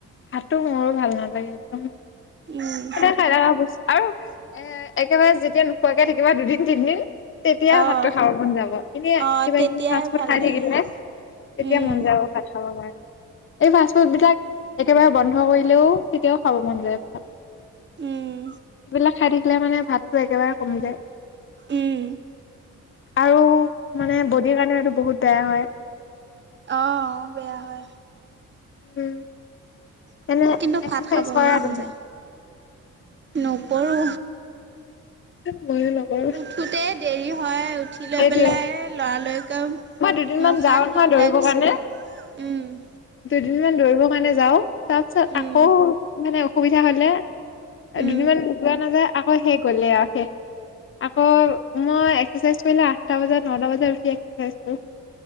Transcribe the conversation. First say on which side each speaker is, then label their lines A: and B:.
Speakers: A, on the left; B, on the right.
A: ভাতটো মোৰো ভাল নালাগে একদম,
B: উম,
A: সদায় খাই থাকা বস্তু আৰু,। এ একেবাৰে যেতিয়া নোখোৱাকে থাকিবা দুদিন তিনদিন,। তেতিয়া
B: অহ,
A: ভাতটো খাব মন যাব এনে
B: অহ,
A: কিবা
B: তেতিয়াহে
A: কিবি ফাৰ্ষ্ট ফুড
B: ভাল
A: খাই
B: লাগে।
A: থাকিলে। তেতিয়া
B: উম,
A: মন যাব ভাত খাব কাৰণে। এই ফাষ্ট ফুড বিলাক একেবাৰে বন্ধ কৰিলেও, তেতিয়াও খাব মন যায় ভাত।
B: উম,
A: সেইবিলাক খাই থাকিলে মানে ভাতটো একেবাৰে কমি যায়।
B: উম।
A: আৰু মানে বডিৰ কাৰণে সেইটো বহুত বেয়া হয়।
B: অ বেয়া হয়।
A: উম। তেনে
B: কিন্তু
A: এক্সাৰচাইজ
B: ভাত খাব
A: কৰা
B: মন নাযায়,
A: তুমি
B: ন কৰো।
A: ময়ো নকৰো
B: উঠোতে দেৰি হয়, উঠি লৈ
A: সেইটোয়ে
B: পেলাই লৰালৰি কৈ
A: মই দুদিনমান
B: মুখ
A: যাও
B: হাত
A: নহয়
B: ধুই ওলাই
A: দৌৰিবৰ
B: গুচিয়ে
A: কাৰণে
B: যাব। উম।
A: দুদিনমান দৌৰিবৰ কাৰণে যাওঁ, তাৰ পিছত
B: উম,
A: আকৌ মানে অসুবিধা হ'লে
B: উম।
A: দুদিনমান যোৱা নাযায় আকৌ হে গ'লেই আৰু শেষ, আকৌ মই এক্সাৰচাইজ কৰিলে আঠটা বজাত নটা বজাত উঠি এক্সাৰচাইজ কৰোঁ।